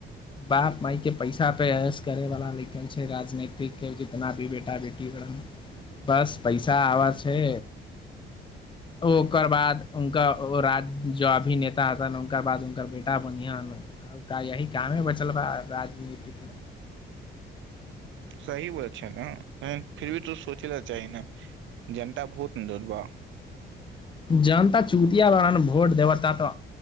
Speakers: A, on the left; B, on the right.
A: बाप मााय के पैसा पेस करे वाला लिखल छै राजनतिक के जितना भी बेटा बेटी बढ़ बस पैसा आवै छै ओकर बाद उनका ओ राज जो अभिनेता हतन उनककर बाद उनकर बेटा बढ़आ ने यही कामे बचलबा राजनीतिकमे
B: सही बात छै ने फिर भी तू सोचै ल चाही ने जनता वोट न दबा
A: जनता चूतिया वा ने भोट देबता तो